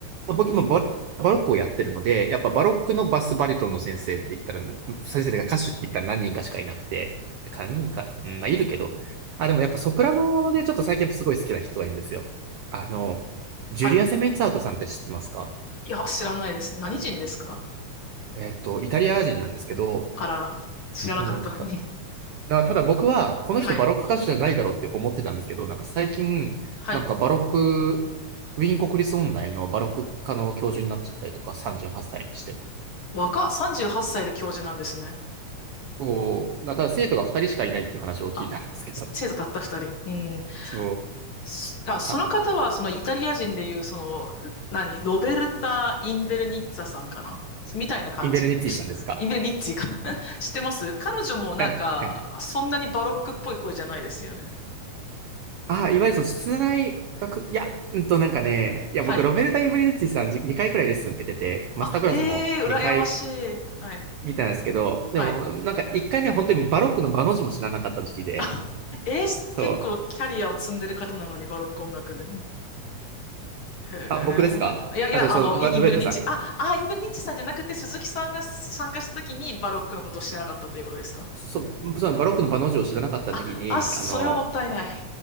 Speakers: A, on the right; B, on the left.
A: あ、僕今バロ、バロックをやってるので、やっぱバロックのバスバリトンの先生って言ったら、先生が歌手って言ったら何人かしかいなくて、何人か、うん、まあ、いるけど、あ、でもやっぱソプラノでちょっと最近やっぱすごい好きな人がいるんですよ。あの、ジュリア・
B: はい。
A: セメンツァートさんって知ってますか
B: いや、知らないです。何人ですか
A: えーっと、イタリア人なんですけど、
B: あらら、知らなかった。
A: うん、た
B: <laughs>
A: な、ただ僕は、この人バロック歌手じゃないだろうって思ってたんですけど、
B: はい。
A: なんか最近、
B: はい。
A: なんかバロック、ウィーン国立音大のバロック科の教授になっちゃったりとか、38歳にして。
B: 若、38歳で教授なんですね。
A: そう、なただ生徒が2人しかいないっていう話を聞いたんですけど、
B: あ、生徒たった2人。うん。
A: そう、
B: すあ、その方は、
A: あ、
B: そのイタリア人でいう、その、何、ロベルタ・インベルニッツァさんかなみたいな感じ。
A: インベルニッツィさんですか。
B: しインベルニッツィか <laughs> 知ってます彼女もなんか、
A: あはい。
B: そんなにバロックっぽい声じゃないですよね。
A: あ、いわゆるその室内学、いや、うんとなんかね、いや、
B: はい。
A: 僕、ロベルタ・インベルニッツィさんじ2回くらいレッスン受けてて、マスタークラスも2回
B: あ、ええー、羨ましい。はい。
A: 見たんですけど、
B: はい。
A: でも、なんか1回目は本当にバロックの場の字も知らなかった時期で、
B: <laughs> えー、し結構キャリアを積んでる方なのに、
A: そう。
B: バロック音楽で。うんへえ。
A: あ、僕ですかあと、
B: いやいや、
A: そう、
B: あの、イインベルニッチ、
A: まルベルタさん。
B: あ、あ、インベルニッチさんじゃなくて、鈴木さんが参加した時にバロックのことを知らなかったということですか
A: そう、そう、バロックのバの字を知らなかった時期に、
B: あ、あ、それはもったいない。
A: あの、